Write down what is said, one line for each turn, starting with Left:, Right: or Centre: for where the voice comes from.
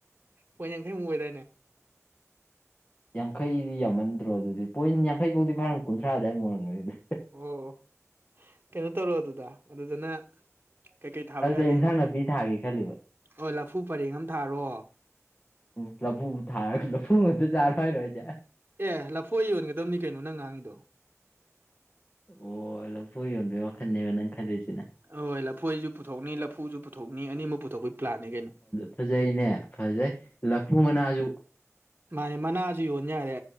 Right: ꯄꯣꯏꯟ ꯌꯥꯡꯈꯩ ꯃꯨꯛ ꯑꯣꯏꯔꯦꯅꯦ
Left: ꯌꯥꯡꯈꯩꯗꯤ ꯌꯥꯝꯃꯟꯗ꯭ꯔꯣ ꯑꯗꯨꯗꯤ ꯄꯣꯏꯟ ꯌꯥꯡꯈꯩ ꯐꯧꯗꯤ ꯐꯔꯣꯢ ꯀꯨꯟꯊ꯭ꯔꯥ ꯑꯗꯨꯋꯥꯏ ꯑꯣꯏꯔꯝꯒꯅꯤꯗ
Right: ꯑꯣ ꯀꯩꯅꯣ ꯇꯧꯔꯣ ꯑꯗꯨꯗ ꯑꯗꯨꯗꯅ... ꯀꯩ-ꯀꯩ ꯊꯥꯕ
Left: ꯑꯗꯨꯗ
Right: ꯌꯥꯔꯤ
Left: ꯏꯟꯁꯥꯡ ꯅꯥꯄꯤ ꯊꯥꯒꯦ ꯈꯜꯂꯤꯕ
Right: ꯑꯣ ꯂꯐꯨ ꯄꯔꯦꯡ ꯑꯃ ꯊꯥꯔꯣ
Left: ꯎꯝ ꯂꯐꯨ ꯊꯥꯔꯒ ꯂꯐꯨ ꯉꯛꯇꯥ ꯆꯥꯔꯣ ꯍꯥꯏꯔꯤꯁꯦ
Right: ꯑꯦ ꯂꯐꯣꯏ ꯌꯣꯟꯒꯗꯕꯅꯤ ꯀꯩꯅꯣ ꯅꯪ ꯉꯥꯡꯉꯤꯗꯣ
Left: ꯑꯣ ꯂꯐꯨ ꯌꯣꯟꯕꯩ ꯋꯥꯈꯜꯅꯦꯕ ꯅꯪ ꯈꯜꯂꯤꯁꯤꯅ
Right: ꯍꯣꯏ ꯂꯐꯣꯏꯁꯨ ꯄꯨꯊꯣꯛꯅꯤ ꯂꯐꯨꯁꯨ ꯄꯨꯊꯣꯛꯅꯤ ꯑꯅꯤꯃꯛ ꯄꯨꯊꯣꯛꯄꯒꯤ ꯄ꯭ꯂꯥꯟꯅꯦ ꯀꯩꯅꯣ
Left: ꯐꯖꯩꯅꯦ ꯐꯖꯩ ꯂꯐꯨ ꯃꯅꯥꯁꯨ.....
Right: ꯃꯥꯢ ꯃꯅꯥꯁꯨ ꯌꯣꯟꯅꯤ ꯌꯥꯔꯦ